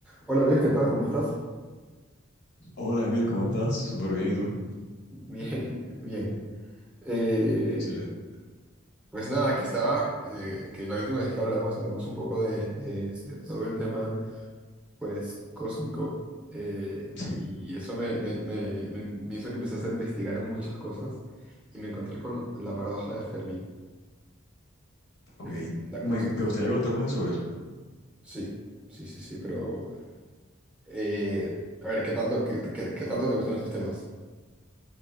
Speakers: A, in the centre; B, on the left (about 55°).
A: Hola Luis, ¿qué tal? ¿Cómo estás?
B: Hola Emil, ¿cómo estás? Súper bien, ¿y tú?
A: Bien, <laughs> bien. Eh,
B: Excelente.
A: pues nada, que estaba, eh, que la última vez que hablamos, hablamos un poco de, de- de todo el tema, pues, cósmico, eh,
B: Sí,
A: y eso me, me, me- me- me hizo que empezase a investigar en muchas cosas, y me encontré con la paradoja de Fermi.
B: ok.
A: No sé, ¿La
B: Me,
A: conoces?
B: ¿te gustaría contarme sobre eso?
A: Sí, sí, sí, sí, pero, eh, a ver, ¿qué tanto, qué, qué- qué tanto te gustan esos temas?